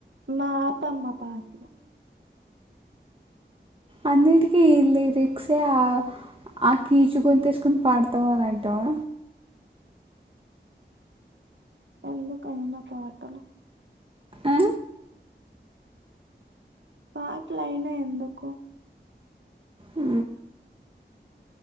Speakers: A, on the right; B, on the right.
A: మా పమ్మ పార్ట్ లో
B: అన్నిటికీ ఈ లిరిక్సే ఆ ఆ కీచు గొంతు ఏసుకుొని పాడతావా అంటవా
A: ఎందుకు అయినా పాటలు
B: ఆ?
A: పాట్లు అయినా ఎందుకు
B: ఉ